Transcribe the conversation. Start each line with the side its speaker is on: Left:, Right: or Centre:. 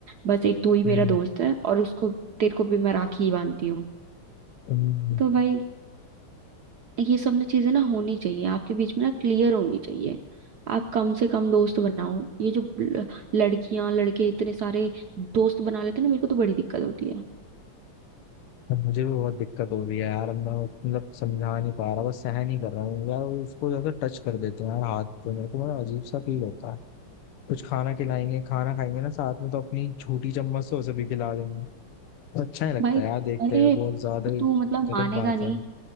Right: बस एक तू ही मेरा
Left: हम्म,
Right: दोस्त है और उसको तेरे को भी मैं राखी ही बांधती हूँ
Left: हम्म,
Right: तो भाई ये सब ना चीजें ना होनी चाहिए आपके बीच में ना क्लियर होनी चाहिए आप कम से कम दोस्त बनाओ ये जो ल- लड़कियां लड़के इतने सारे दोस्त बना लेते हैं ना मेरे को तो बड़ी दिक्कत होती है
Left: अब मुझे भी बहुत दिक्कत हो रही है यार अब मैं मतलब समझा नहीं पा रहा बस सहन ही कर रहा हूँ यार उसको जैसे टच कर देते हैं यार हाथ पे मेरे को बड़ा अजीब सा फील होता है कुछ खाना खिलाएंगे खाना खाएंगे ना साथ में तो अपनी छोटी चम्मच से उसे भी खिला देंगे अच्छा ही लगता
Right: भाई
Left: है यार देखते
Right: अरे
Left: हुए बहुत ज्यादा ही
Right: तू मतलब
Left: गलत
Right: मानेगा
Left: बात
Right: नहीं
Left: है